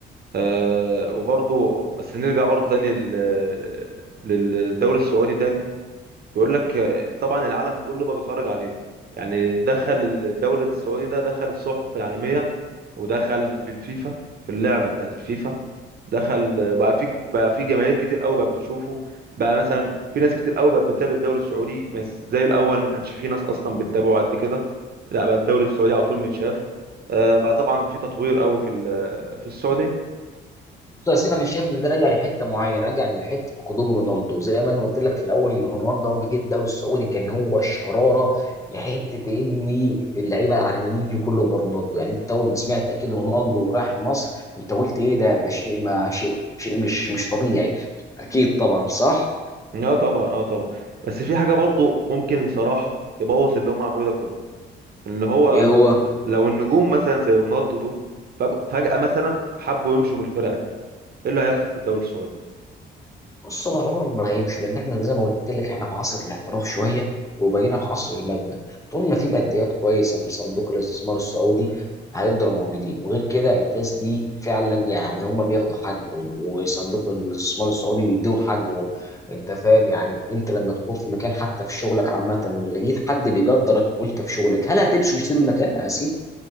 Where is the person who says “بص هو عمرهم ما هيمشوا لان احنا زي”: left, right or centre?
Left